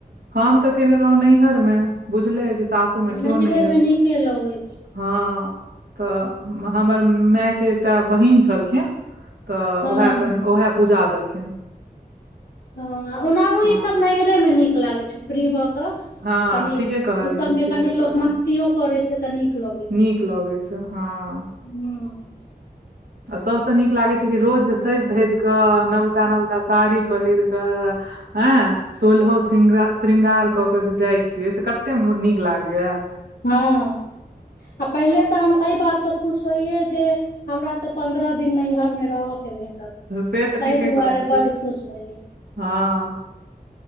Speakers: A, on the right; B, on the left.
A: हम तऽ केने रहौ नैहर मे बुझलेै कि सासू मे
B: नहरे
A: केओ नहि
B: मे
A: अइ
B: नीके लगैत छै
A: हँ तऽ हमर मायके एकटा बहिन छलखिन। तऽ
B: हँ
A: उएहा कनि ओएह पूजा देलखिन
B: हँ ओनाहु
A: हँ
B: ई सब नैहरे मे नीक लागै छै फ्री भऽ कऽ
A: हँ
B: कनी
A: ठीके
B: ई
A: कहलियै
B: सबमे
A: ठीके
B: कनि
A: कहलियै
B: लोक मस्तियो करै छै तऽ नीक लगै छै।
A: नीक लगै छै हँ
B: हँ
A: आ सभसँ नीक लागै छै कि रोज सेज घेज कऽ नबका नबका साड़ी पहिर कऽ हँ सोलहो श्रृार श्रृंगार कऽ के जे जाइ छियै से कते नीक लागै या
B: हँ पहिले तऽ हम एहि बात से खुश होइये जे हमरा ते पन्द्रह दिन नैहर मे रहै परत के भेटत
A: से तऽ
B: ताहि
A: ठीके
B: दुआरे
A: कहै छियै
B: बड खुश भेलियै
A: हँ